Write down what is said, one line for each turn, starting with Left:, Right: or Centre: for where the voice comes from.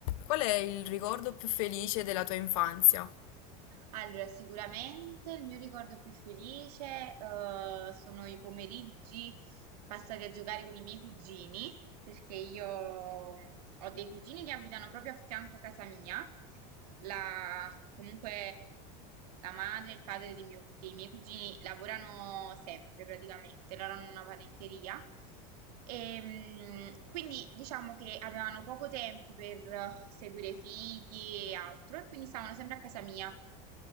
Left: Qual è il ricordo più felice della tua infanzia?
Right: Allora, sicuramente il mio ricordo più felice, eh, sono i pomeriggi passati a giocare con i miei cugini, perché io ho dei cugini che abitano proprio a fianco casa mia. La- comunque la madre e il padre di mio- dei miei cugini lavorano sempre praticamente, loro hanno una panetteria. E, mm, quindi diciamo che avevano poco tempo per eh, seguire i figli e altro, e quindi stavano sempre a casa mia.